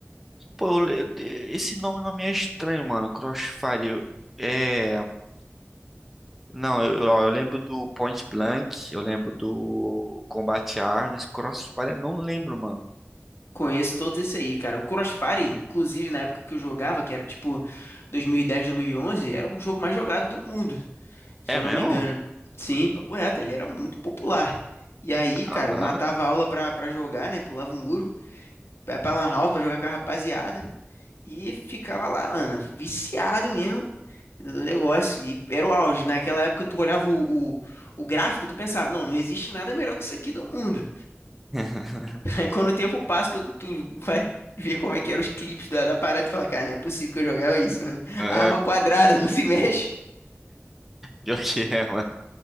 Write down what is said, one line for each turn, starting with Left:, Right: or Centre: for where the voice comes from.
Centre: Pô, eu- eu- esse nome não me é estranho, mano. Crossfire. eu- É. Não, eu, ó, eu lembro do Point Blank, eu lembro do Combat Arms, Crossfire, eu não lembro, mano.
Left: Conheço todos esse aí, cara. O Crossfire, inclusive na época que eu jogava, que era tipo 2010, 2011, era o jogo mais jogado do mundo, se
Centre: É
Left: eu
Centre: mesmo?
Left: não me engano. Sim, papo reto, ele era muito popular. E aí,
Centre: Caraca.
Left: cara, eu matava a aula pra, pra jogar, né? Pulava o muro, ia pra Lan House pra jogar com a rapaziada. E ficava lá, mano, viciado mesmo. no negócio. E era o auge. né? Naquela época, tu olhava o, o, o gráfico, tu pensava, não, não existe nada melhor que isso aqui no mundo.
Centre: <laughs>
Left: <laughs> Aí quando o tempo passa, tu, tu vai ver como é que eram os clipes da, da parada e tu fala, cara, não é possível que eu jogava isso, mano.
Centre: É,
Left: A arma quadrada, não se <laughs> mexe.
Centre: pior que é, mano.